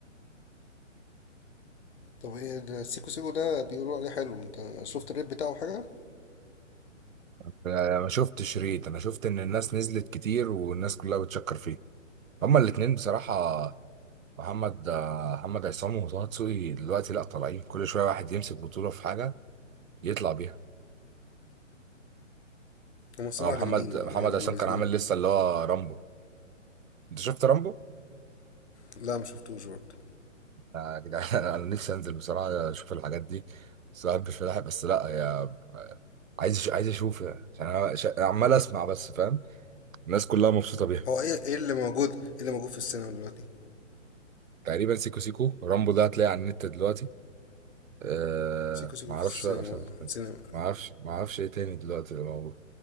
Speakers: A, on the left; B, on the right.
A: طب ايه ده السيكو سيكو ده بيقولوا عليه حلو انت شفت الريب بتاعه حاجه
B: انا ما شفتش شريط انا شفت ان الناس نزلت كتير والناس كلها بتشكر فيه هما الاتنين بصراحه محمد آه، محمد عصام وطه دسوقي دلوقتي لا طالعين كل شويه واحد يمسك بطوله في حاجه يطلع بيها
A: هما الصراحه
B: اه محمد
A: جامدين
B: محمد
A: اه يعني هما
B: عصام
A: الاثنين
B: كان عامل لسه اللي هو رامبو انت شفت رامبو؟
A: لا ما شفتوش برضه
B: يا جدعان <laughs> انا نفسي انزل بصراحه اشوف الحاجات دي بس ما بحبش فلاحة بس لا يا عايز عايز اشوف يعني، عشان انا ش- عمال اسمع بس فاهم الناس كلها مبسوطه بيها
A: هو ايه ايه اللي موجود ايه اللي موجود في السينما دلوقتي
B: تقريبا سيكو سيكو رامبو ده هتلاقيه على النت دلوقتي أه
A: سيكو سيكو
B: ما
A: في
B: اعرفش
A: السينما
B: بقى بس-
A: سينما
B: ما اعرفش ما اعرفش ايه تاني دلوقتي اللي موجود